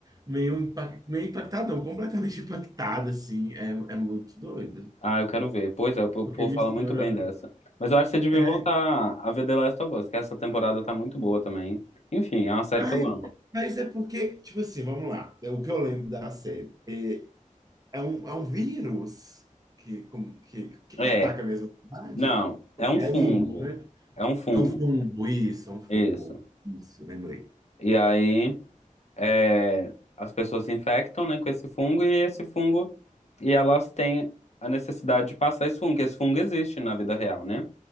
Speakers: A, on the right; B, on the left.
A: meio, impact, meio impactado, não, completamente impactado, assim. É, é muito doido.
B: Ah, eu quero ver. Pois é, o
A: Porque
B: povo
A: mistura.
B: fala muito bem dessa. Mas eu acho que você devia
A: é,
B: voltar a ver The Last of Us, que essa temporada tá muito boa também. Enfim, é uma série
A: Ai,
B: que eu amo.
A: mas é porque, tipo assim, vamos lá. É O que eu lembro da série é, é, um, é um vírus que, como- que, que
B: É,
A: que ataca mesmo a cidade?
B: não,
A: O
B: é
A: o
B: um fungo.
A: mundo, né?
B: É um fungo,
A: É um fungo, isso, é um fungo.
B: isso.
A: Isso, lembrei.
B: E aí, é, as pessoas se infectam, né, com esse fungo e esse fungo e elas têm a necessidade de passar esse fungo, que esse fungo existe na vida real, né?